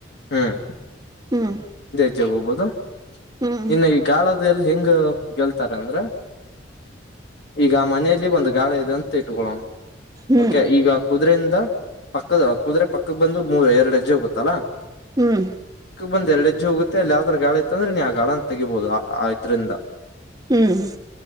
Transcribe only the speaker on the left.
ಹ್ಮ್ಮ್
ಜ ಹೋಗಬೋದು
ಇನ್ನು ಈ ಗಾಳದ ಎಲ್ಲ ಹೆಂಗ ಗೆಲ್ತಾರ ಅಂದ್ರ ಈಗ ಮನೆಯಲ್ಲಿ ಒಂದು ಗಾಳ ಇದೆ ಅಂತ ಇಟ್ಕೊಳ್ಳೋಣ
ಓಕೆ ಈಗ ಕುದುರೆಯಿಂದ ಪಕ್ಕದ ಕುದ್ರೆ ಪಕ್ಕದ ಬಂದು ಮೂರ್ ಎರಡು ಅಜ್ಜೆ ಹೋಗುತ್ತಲ್ಲಾ
ಬಂದ ಎರಡುಜ್ಜು ಹೋಗುತ್ತೆ ಅಲ್ಲಿ ಯಾವ್ದ್ರ ಗಾಳ ಇಐತ್ತ ಅಂದ್ರೆ ನೀ ಆ ಗಾ ಅಂತ ತೆಗಿಬಹದು ಆ ಇದ್ರಿಂದ